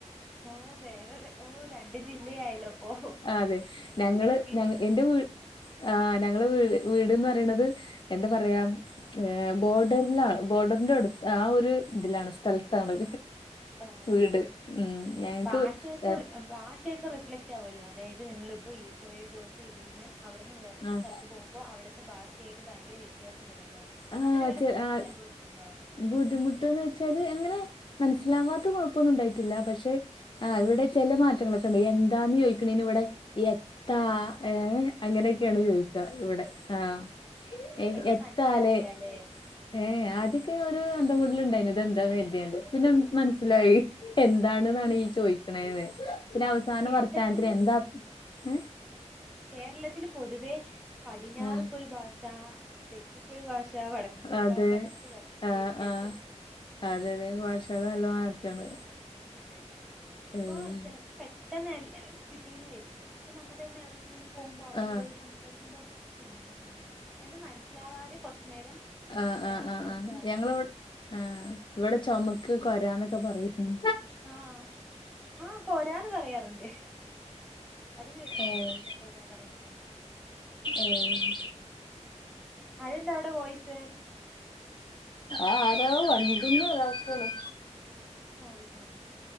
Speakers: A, in the centre; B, on the left.
A: ഓ വേറെ ഓ രണ്ട് ജില്ലയായല്ലോ ഇപ്പൊ
B: അതെ ഞങ്ങള്
A: എക്സ്പീരിയൻസ്
B: ഞങ്ങ
A: ചെയ്യണു
B: എന്റെ വീ ആഹ് ഞങ്ങളെ വീട് വീട്ന്ന് പറയണത് എന്താ പറയാ ഏഹ് ബോർഡറിലാ ബോർഡറിന്റെ അടുത്ത് ആ ഒരു ഇതിലാണ് സ്ഥലത്താണ്.
A: ഓഹ്
B: വീട് ഉം ഞങ്ങക്ക്
A: ഭാഷയൊക്കെ
B: ആഹ്
A: ഭാഷയൊക്കെ റിഫ്ല ക്റ്റാവുല്ലോ അതായത് നിങ്ങളിപ്പോ കുറേ ദിവസം ഇരുന്ന് അവിടെന്ന് വേറൊരു
B: ആഹ്
A: സ്ഥലത്ത് പോകുമ്പോ അവിടെത് ത്തെ ഭാഷയായിട്ട് ഭയങ്കര വ്യത്യാസം വരുല്ലോ
B: ആഹ്
A: അങ്ങന വല്ല
B: ചെ
A: ബുദ്ധിമുട്ടും
B: ആ
A: അനുഭവിച്ചിട്ടുണ്ടോ?
B: ബുദ്ധിമുട്ട്ന്ന് വെച്ചാല് എങ്ങനെ മനസ്സിലാവാത്ത കൊഴപ്പൊന്നും ഉണ്ടായിട്ടില്ല പക്ഷെ ആഹ് ഇവിടെ ചെല മാറ്റങ്ങളൊക്കെണ്ട് എന്താന്ന് ചോയിക്കണേനിവിടെ എത്താ ഏ അങ്ങനെയൊക്കെയാണ്
A: ഓ
B: ചോയിക്കുക ഇവിടെ ആഹ് ഏ
A: പെട്ടെന്ന്
B: എത്താലേ
A: മനസ്സിലാവില്ല അല്ലേ
B: ഏഹ് ആദ്യൊക്കെ ഒരു അന്തംവിടിൽ ഉണ്ടായിന് ഇത് എന്താന്ന് കരുതിയാണ്ട് പിന്നെ മനസ്സിലായി. എന്താണ് ന്നാണ് ഈ ചോയിക്കണേന്ന് പിന്നെ അവസാന
A: കേരളത്തില്
B: വർത്താനത്തിന് എന്താ ഏ
A: കേരളത്തില് പൊതുവേ പടിഞ്ഞാറ്ക്കൊരു
B: ആഹ്
A: ഭാഷ തെക്ക്ക്കൊരു ഭാഷ വടക്ക്ക്കൊരു
B: ആഹ് അതെ
A: ഭാഷ പറഞ്ഞിട്ട് ഭയങ്കര
B: ആഹ്
A: വ്യത്യാസംണ്ട്.
B: ആഹ് അതെ അതെ ഭാഷകൾ നല്ല മാറ്റാണ്
A: അതെ ഇപ്പൊ
B: ഉം
A: ചെലർക്ക് പെട് ട്ടെന്ന് കിട്ടീന്ന് വരില്ല അതിപ്പോ നമ്മൾ തന്നെ എവിടെക്കെങ്കിലും പോകുമ്പോൾ അവിടെയുള്ളവര്
B: ആഹ്
A: സം രിക്കുമ്പോ അയ്യോ എന്താ പറയുന്നേ എന്ന് മനസ്സിലാവാതെ കൊറച്ചു നേരം
B: ആഹ് ആഹ്
A: ഏഹ്
B: ആഹ്
A: നിക്കാറ്
B: ആഹ് ഞങ്ങളിവ് ആഹ് ഇവിടെ ചൊമക്ക് കൊരാന്നൊക്കെ പറയും ഉം
A: ആഹ് ആഹ് കൊരാന്ന് പറയാറുണ്ട്. അത് കേട്ടട്ടുണ്ട്
B: ഏഹ്
A: പോരാ പറയണത്.
B: ഏഹ്
A: അതന്താ അവിടെ വോയിസ്?
B: ആരോ വണ്ടിട്ടന്ന ഒരാക്കാണ്.
A: ആഹ് ആഹ്